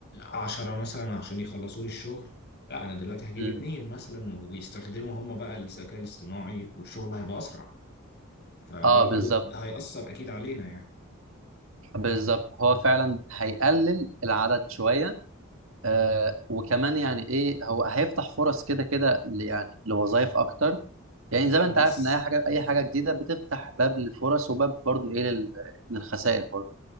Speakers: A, on the left; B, on the right.
A: آه، عشرة مثلا عشان يخلصوا لي الشغل لا انا دلوقتي هجيب
B: مم.
A: اتنين مثلا ويستخدموا هم بقى الذكاء الاصطناعي والشغل هيبقى اسرع فبرضو
B: اه بالظبط
A: ده هيأثر اكيد علينا يعني
B: بالظبط هو فعلا هيقلل العدد شوية آه وكمان يعني ايه هو هيفتح فرص كده كده ل- يعني لوظائف اكتر يعني زي ما
A: بس
B: انت عارف ان اي حاجه اي حاجه جديده بتفتح باب للفرص وباب برضو ايه لل- للخسائر برضو